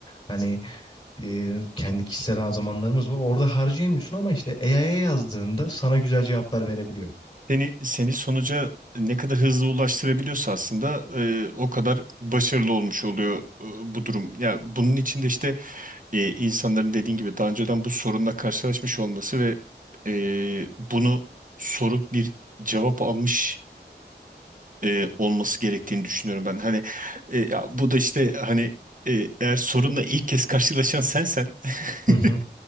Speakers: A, on the left (about 30°); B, on the right (about 45°).
A: Hani e, kendi kişisel zamanlarımız var. Orada harcayamıyorsun ama işte AI'ya yazdığında sana güzel cevaplar verebiliyor.
B: Seni, seni sonuca ne kadar hızlı ulaştırabiliyorsa aslında e, o kadar başarılı olmuş oluyor e, bu durum. Ya bunun içinde e, insanların dediğin gibi daha önceden bu sorunla karşılaşmış olması ve e, bunu sorup bir cevap almış e, olması gerektiğini düşünüyorum ben. Hani e, ya bu da işte hani e, eğer sorunla ilk kez karşılaşan sensen <laughs>
A: Hı hı.